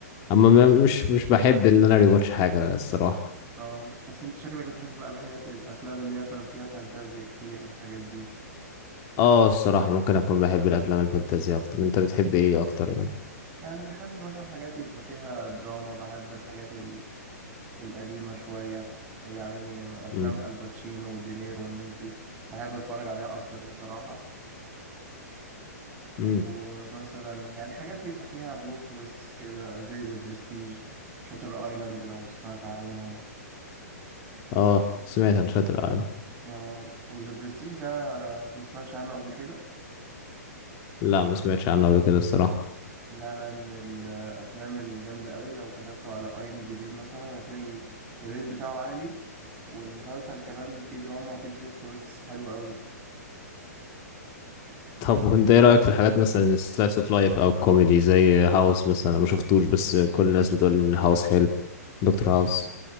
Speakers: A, on the left; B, on the right.
A: اما ما- مش مش بحب ان انا ريواتش حاجه الصراحه
B: اه بس انت شكلك بتحب بقى الحاجات الافلام اللي هي فان فيها فانتازيا كتير الحاجات دي لكن
A: اه الصراحه ممكن اكون بحب الافلام الفانتازيه اكتر انت بتحب ايه اكتر يعني
B: يعني بحب مثلا حاجات يبقى فيها دراما بحب الحاجات ال- القديمة شوية يعني أفلام
A: امم
B: الباتشينو ودينيرو والناس دي بحب أتفرج عليها أكتر بصراحة
A: امم
B: ومثلا يعني حاجات يبقى فيها بلوت تويست كده زي ذا برستيج شاتر ايلاند لو سمعت عليهم
A: اه سمعت عن شاتر ايلاند
B: آه وذا برستيج ده ما سمعتش عنه قبل كده
A: لا ما سمعتش عنه قبل كده الصراحه
B: لا لا من الافلام الجامده قوي لو كتبته على اي ام دي بي مثلا هتلاقي الريت بتاعه عالي والمسلسل كمان فيه دراما وفيه بلوت تويستس حلو قوي
A: طب وانت ايه رأيك في الحاجات مثلا السلايس اوف لايف او الكوميدي زي هاوس مثلا انا ما شفتوش بس كل الناس بتقول ان هاوس حلو دكتور هاوس